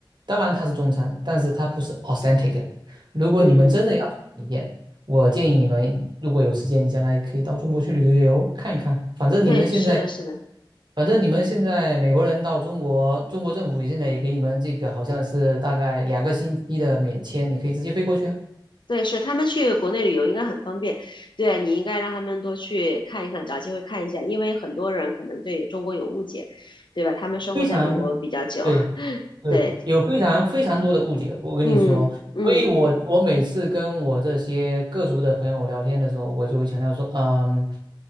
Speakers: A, on the right; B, on the left.
A: 当然它是中餐，但是它不是 authentic 的。如果你们真的要去体验，
B: 嗯，
A: 我建议你们如果有时间，你将来可以到中国去旅个游，看一看。反正你们现在，
B: 对，是的，是的，
A: 反正你们现在美国人到中国，中国政府现在也给你们这个好像是大概两个星期的免签，你可以直接飞过去啊，
B: 对，是他们去国内旅游应该很方便。对啊，你应该让他们多去看一看，找机会看一下，因为很多人可能对中国有误解，对吧？他们生活在美国比较久，
A: 非常。对。
B: <laughs>
A: 对，
B: 对，
A: 有非常非常多的误解，我跟你说，
B: 嗯嗯。
A: 所以我我每次跟我这些各族的朋友聊天的时候，我就会强调说，嗯，